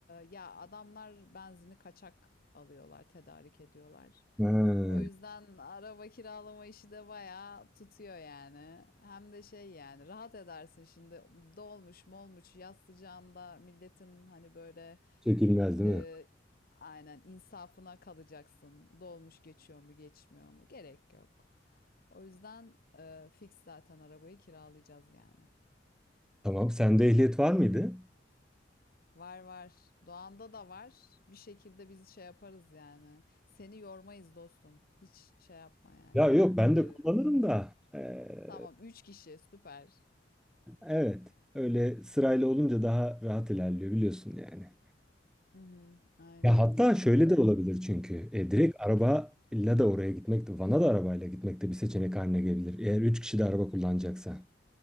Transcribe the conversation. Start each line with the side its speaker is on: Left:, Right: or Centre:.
Left: ya adamlar benzini kaçak alıyorlar, tedarik ediyorlar.
Centre: Ha,
Left: O yüzden araba kiralama işi de bayağı tutuyor yani. Hem de şey yani rahat edersin şimdi dolmuş molmuş yaz sıcağında milletin hani böyle
Centre: çekilmez değil
Left: ee,
Centre: mi?
Left: aynen insafına kalacaksın. Dolmuş geçiyor mu geçmiyor mu? Gerek yok. O yüzden e, fix zaten arabayı kiralayacağız yani.
Centre: Tamam. Sende ehliyet var mıydı?
Left: Var var. Doğan'da da var. Bir şekilde biz şey yaparız yani. Seni yormayız dostum. Hiç şey yapma yani.
Centre: Ya yok ben
Left: Ee,
Centre: de kullanırım da. Ee,
Left: tamam 3 kişi süper.
Centre: evet. Öyle sırayla olunca daha rahat ilerliyor biliyorsun yani.
Left: Hı hı, aynen.
Centre: Ya hatta şöyle
Left: Öyle.
Centre: de olabilir çünkü. E,
Left: Hı hı.
Centre: direkt arabayla da oraya gitmek de, Van'a da arabayla gitmek de bir seçenek haline gelebilir. Eğer üç kişi de araba kullanacaksa.